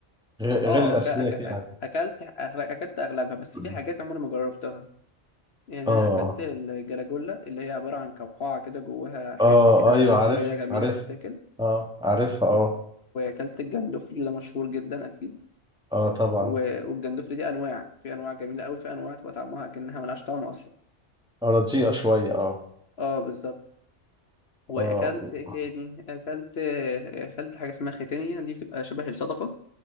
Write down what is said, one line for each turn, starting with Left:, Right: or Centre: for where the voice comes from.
Centre: غير
Left: اه
Centre: غير الاسماك
Left: أك... أك... أك-
Centre: يعني
Left: اكلت أغل... اكلت اغلبها بس
Centre: <laughs>
Left: في حاجات عمري ما جربتها يعني
Centre: اه
Left: انا اكلت الجلاجولا اللي هي عباره عن قوقعه كده جواها حته
Centre: اه
Left: كده
Centre: ايوه عارف
Left: طريه جميله
Centre: عارف
Left: بتتاكل
Centre: اه عارفها
Left: و-
Centre: اه
Left: واكلت الجندفلي ده مشهور جدا اكيد
Centre: اه طبعا
Left: و- والجندفلي دي انواع في انواع جميله قوي في انواع تبقى طعمها كأنها ملهاش طعم اصلا
Centre: آه، رديئة شوية اه
Left: اه بالظبط واكلت
Centre: اه
Left: ايه تاني اكلت اكلت حاجه اسمها ختانيه دي بتبقى شبه الصدفه